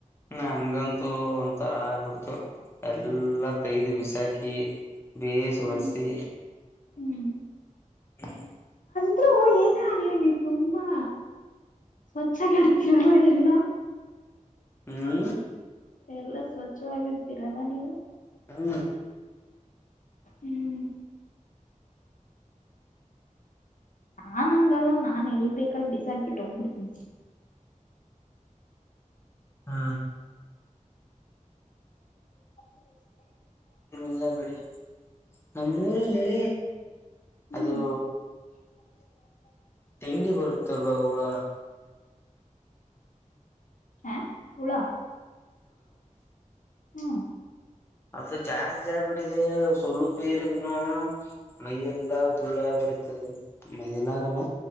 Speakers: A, on the left (about 20°); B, on the left (about 75°).
A: ನನ್ಗಂತೂ ಒಂತರ ಆಗ್ಬಿಡ್ತು ಎಲ್ಲಾ ತಗದು ಬಿಸಾಕಿ ಬೇಸ ಸು
B: ಹ್ಮ್
A: ವರ್ಸಿ
B: ಹ್ಮ್
A: ಹೂ
B: ಆದ್ರೂ ಏನೇ ಆಗ್ಲಿ ನೀ ತುಂಬಾ ಸ್ವಚ್ಛಗ ಇಡ್ತೀರಲ್ಲ ಎಲ್ಲ
A: ಹೂ
B: ಎಲ್ಲಾ ಸ್ವಚ್ಛವಾಗಿ <unintelligible>
A: ಹೂ
B: ಹ್ಮ್ ಹಾ ನಾನ್ ಹಂಗ ಅಲ್ಲಾ ನಾನ್ ಎಲ್ಬೇಕಲ್ ಬಿಸಾಕ್ಬಿಟ್ಟ ಹೋಗ್ಬಿಡ್ತೀಿ
A: ಹಾ
B: <unintelligible>
A: ಇದೆಲ್ಲ ಬಿಡಿ ನಮ್ಮ ಊರಲ್ಲಿ
B: ಹ್ಮ್
A: ಅದು
B: <unintelligible>
A: ತಿಂಡಿ ಬರುತ್ತಲ್ವ ಹೂಳ
B: ಹ ಹ ಉಳ ಹ್ಮ್
A: ಅತ್ತ ಜಾಸ್ ಜ ಬಿಟ್ಟ ಸ ಪೇರಿದ್ೂ ಮೈಯ ಎಲ್ಲಾ ದುಳ್ಳೆ ಬರುತ್ತದೆ ಮ ಎಲ್ಲ ಆಗಲ್ಲ